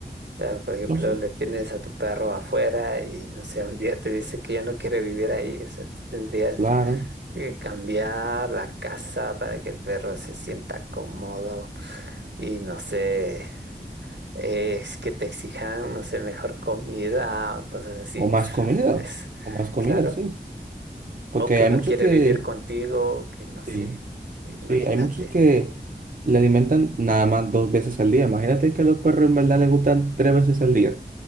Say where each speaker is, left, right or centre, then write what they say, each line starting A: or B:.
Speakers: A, on the right; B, on the right.
A: Pero, por ejemplo,
B: No sé,
A: le tienes a tu perro afuera y, no sé, un día te dice que ya no quiere vivir ahí. O sea, tendrías
B: claro.
A: que cambiar la casa para que el perro se sienta cómodo Y no sé, es que te exijan, no sé, mejor comida o cosas así.
B: O
A: pf,
B: más comida,
A: Es
B: o más comida,
A: claro.
B: sí. Porque
A: O que
B: hay
A: no
B: muchos
A: quiere
B: que,
A: vivir contigo, que no sé.
B: sí,
A: Imagínate.
B: sí, hay muchos que le alimentan nada más dos veces al día. Imagínate que a los perros en verdad les gustan tres veces al día.